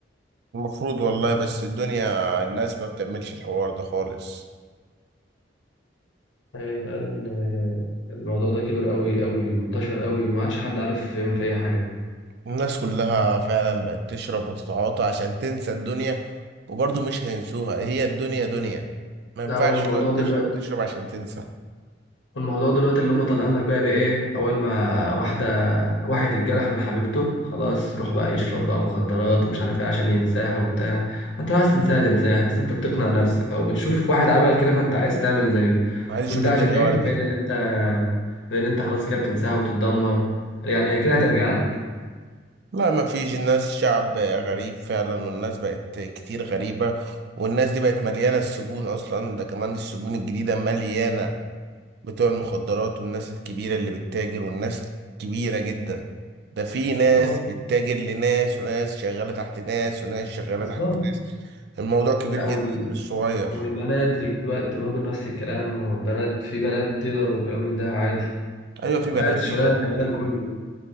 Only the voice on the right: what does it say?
المفروض والله بس الدنيا الناس ما بتعملش الحوار ده خالص
الناس كلها فعلا بقت تشرب وتتعاطى عشان تنسى الدنيا وبرضو مش هينسوها هي الدنيا دنيا ما ينفعش
تقعد
تشرب تشرب عشان تنسى
وعايز اشوف
الدنيا
وردي
لا ما فيش الناس شعب غريب فعلا والناس بقت كتير غريبة والناس دي بقت مليانة السجون أصلا ده كمان السجون الجديدة مليانة بتوع المخدرات والناس الكبيرة اللي بتتاجر والناس كبيرة جدا ده في ناس
بتتاجر لناس وناس شغالة تحت ناس وناس شغالة
تحت ناس الموضوع كبير
جدا مش صغير
أيوة في بنات
ديلر
في